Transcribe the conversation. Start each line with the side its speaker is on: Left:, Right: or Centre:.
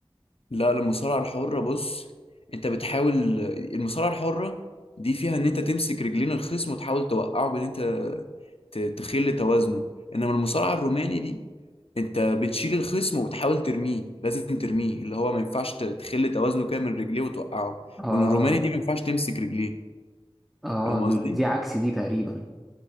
Left: لا المصارعة الحرة بص انت بتحاول المصارعة الحرة دي فيها ان انت تمسك رجلين الخصم وتحاول توقعه بان انت ت- تخل توازنه انما المصارعة الروماني دي انت بتشيل الخصم وبتحاول ترميه لازم ترميه اللي هو ما ينفعش ت- تخل توازنه كده من رجليه وتوقعه
Centre: اه
Left: والروماني دي ما ينفعش تمسك رجليه
Centre: اه
Left: فاهم
Centre: دول
Left: قصدي؟
Centre: دي عكس دي تقريبا